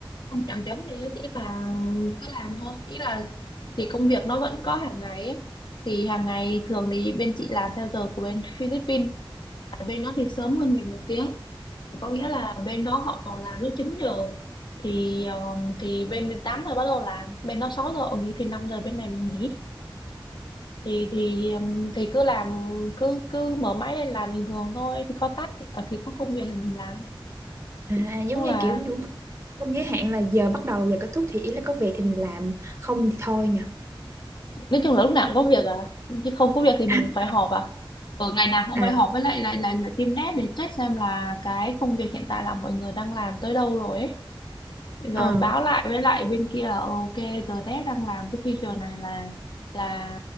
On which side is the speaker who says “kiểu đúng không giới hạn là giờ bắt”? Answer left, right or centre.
Right